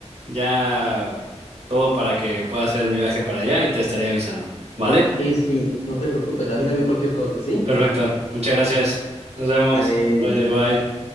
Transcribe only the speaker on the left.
Y sí, no te preocupes, avísame cualquier cosa, ¿sí?
Dale,
nos vemos.